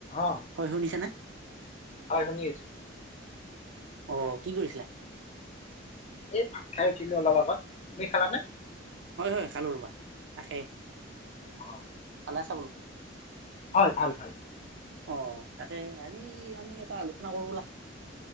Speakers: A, on the left; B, on the right.
A: অহ
B: হয় শুনিছানে
A: হয় শুনি আছো
B: অ কি কৰিছিলা
A: এই ভাত খাই উঠিলো অলপ আগত তুমি খালানে
B: হয় হয় খালো ৰবা তাকেই
A: অঁ
B: খালা চ বোলো
A: হয় ভাল ভাল
B: অ তাতে এই আমি এটা আলোচনা কৰো বলা